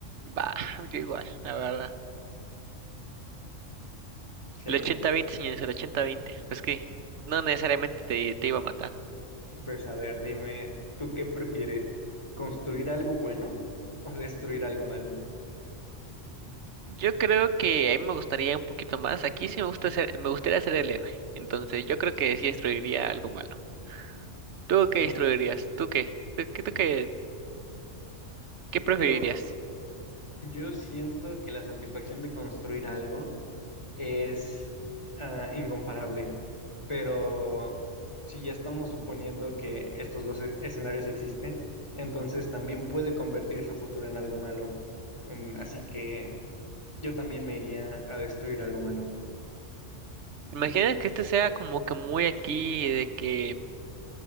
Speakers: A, on the right; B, on the left.
A: Va, yo igual, la verdad.
B: Sí,
A: El ochenta veinte señores, el ochenta veinte Pues que no necesariamente te, te iba a matar.
B: pues a ver, dime, ¿tú qué prefieres? ¿Construir algo bueno o destruir algo malo?
A: Yo creo que a mí me gustaría un poquito más. Aquí sí me gusta ser, me gustaría ser el héroe. Entonces, yo creo que sí destruiría algo malo. ¿Tú
B: Sí,
A: qué destruirías? ¿Tú qué? ¿Tú, qué, tú qué qué preferirías?
B: yo, yo siento que la satisfacción de construir algo es ah, incomparable, pero si ya estamos suponiendo que estos dos e- escenarios existen, entonces también puede convertirse a futuro en algo malo. Mm, así que yo también me iría a destruir algo malo.
A: Imagina que este sea como que muy aquí de que